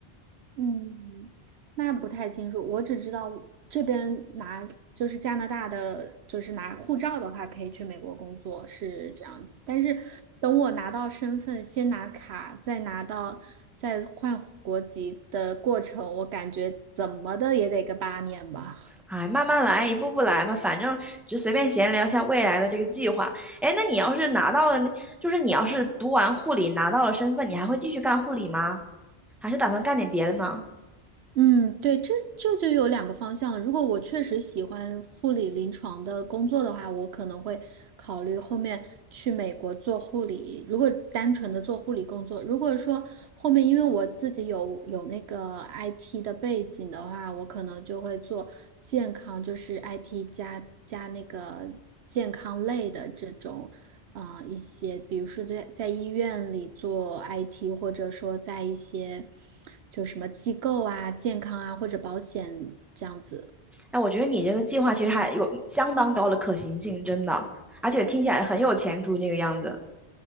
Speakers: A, on the right; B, in the centre.
A: 嗯，那不太清楚，我只知道这边拿就是加拿大的，就是拿护照的话，可以去美国工作是这样子。但是等我拿到身份，先拿卡，再拿到再换国籍的过程，我感觉怎么的也得个八年吧。
B: 哎，慢慢来，一步步来嘛，反正就随便闲聊一下未来的这个计划。哎，那你要是拿到了那，就是你要是读完护理拿到了身份，你还会继续干护理吗？还是打算干点别的呢？
A: 嗯，对，这这就有两个方向了。如果我确实喜欢护理临床的工作的话，我可能会考虑后面去美国做护理。如果单纯的做护理工作，如果说后面因为我自己有有那个 IT 的背景的话，我可能就会做健康，就是 IT 加加那个健康类的这种。呃一些，比如说在在医院里做 IT，或者说在一些就什么机构啊、健康啊或者保险这样子。
B: 哎，我觉得你这个计划其实还有相当高的可行性，真的，而且听起来很有前途那个样子。